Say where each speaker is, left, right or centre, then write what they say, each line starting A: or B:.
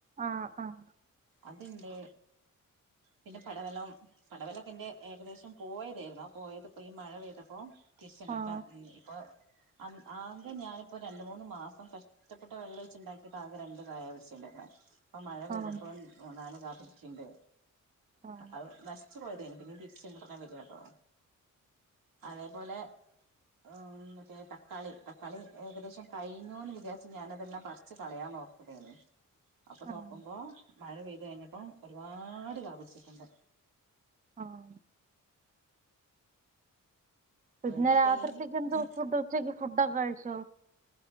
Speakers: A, on the right; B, on the right.
A: ആഹ് ആഹ്
B: അത്ണ്ട് പിന്നെ പടവലം പടവലക്കെന്റെ ഏകദേശം പോവേചെതതാ ആ പോയത് ഇപ്പൊ ഈ മഴ പെയ്തപ്പോ തിരിച്ങ്‌നകാ
A: ആഹ്
B: ഇപ്പൊ അന് ആകെ ഞാനിപ്പോ രണ്ട് മൂന്ന് മാസം കഷ്ടപ്പെട്ട വെള്ളഴിച്ച് ണ്ടാക്കിയിട്ട് ആകെ രണ്ട് കായ പിടിച്ചിണ്ട് <unintelligible> പ്പം മഴ പെയ്തപ്പോം
A: ആഹ്
B: ഊന്നാല് കാ പ്പിടിക്ണ്ട്
A: ആഹ്
B: അത് നശിച്ചു പോയതേനി പിന്നെ തിരിച്ചു അങ്ങോട്ടെന്നേ വരാട്ടോ അതേപോലെ ഓം മറ്റേ തക്കാളി തക്കാളി ഏകദേശം കഴിഞ്ഞുന്ന് വിചാരിച്ച് ഞാാനതെല്ലാം പറിച്ച് കളയാം നോക്കുമ്പയന്നെ അപ്പൊ
A: ആഹ്
B: നോക്കുമ്പോ മഴ പെയ്ത് കഴിഞ്ഞപ്പം ഒരുപാട് കാ പിടിച്ചിട്ടുണ്ട്
A: ആഹ് പിന്നെ
B: അതെനിക്ക്
A: രാത്രിത്തേക്ക്
B: ഡെയിലി
A: എന്തോ
B: ഉം
A: ഫുഡ് ഉച്ചക്ക് ഫുഡൊക്കെ കഴിച്ചോ